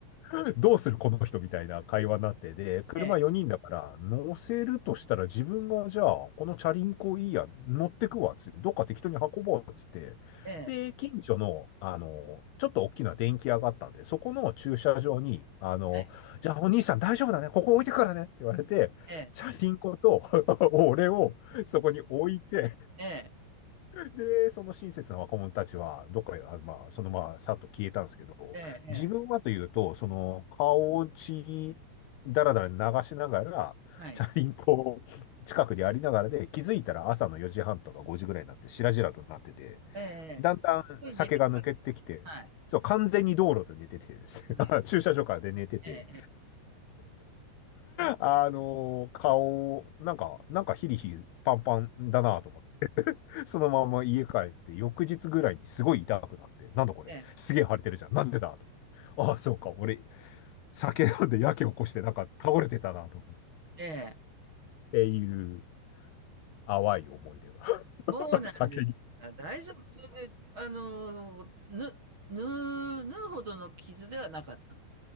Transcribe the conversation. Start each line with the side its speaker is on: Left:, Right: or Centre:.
Left: <laughs> どうするこの人みたいな会話になって、で、車4人だから、
Right: え
Left: 乗せるとしたら自分が、じゃあ、このチャリンコいいや、乗ってくわ、つって、どっか適当に運ぼう、つって。
Right: ええ。ええ。
Left: で、近所の、あの、ちょっと大きな電気屋があったんで、そこの駐車場に、あの、
Right: はい。
Left: じゃあお兄さん大丈夫だね、ここ置いてくからね、って言われて、
Right: ええ、
Left: チャリンコと <laughs> 俺をそこに置いて、
Right: ええ、
Left: で、その親切な若者たちは、どっかへ、あ、まあ、そのまま、さっと消えたんですけど、
Right: ええええ、
Left: 自分はというと、その、顔を血だらだら流しながら、
Right: はい。
Left: チャリンコを近くにありながらで、気づいたら朝の4時半とか5時ぐらいになって、しらじらとなってて、
Right: ええええ。
Left: だんだん酒が抜けてきて、
Right: ゆ寝てから、はい、
Left: そう、完全に道路で寝ててですね、
Right: はい。
Left: <laughs> 駐車場からで寝てて、
Right: ええ
Left: あの顔、なんか、なんかヒリヒリパンパンだなと思っそのまま家帰って、翌日ぐらいにすごい痛くなって、なんだこれ、
Right: ええ、
Left: すげえ腫れてるじゃん。なんでだと思って。ああ、そうか、俺、酒飲んでやけ起こして、なんか倒れてたな、と思って。
Right: ええ、ええ。
Left: っていう、淡い思い出が。<laughs>
Right: そうなん
Left: 酒に。
Right: だ、大丈夫。それで、あの、ぬ縫う縫うほどの傷ではなかったの。